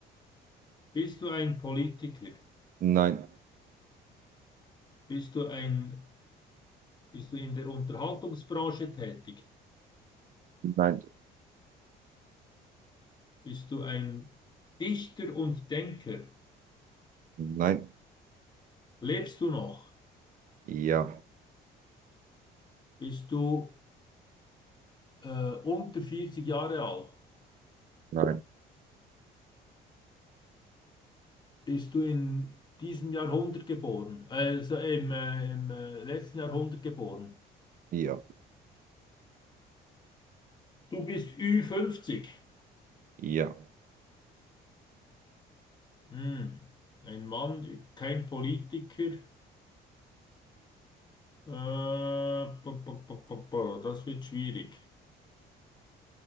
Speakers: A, on the left; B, on the right.
A: Bist du ein Politiker?
B: nein,
A: Bist du ein, bist du in der Unterhaltungsbranche tätig?
B: nein,
A: Bist du ein Dichter und Denker?
B: nein,
A: Lebst du noch?
B: ja,
A: Bist du äh, unter 40 Jahre alt?
B: nein,
A: Bist du in diesem Jahrhundert geboren? Also im, äh, im äh, letzten Jahrhundert geboren?
B: ja,
A: Du bist ü fünfzig.
B: ja,
A: Hm. Ein Mann, kein Politiker. Äh, ba, ba, ba, ba, ba, das wird schwierig.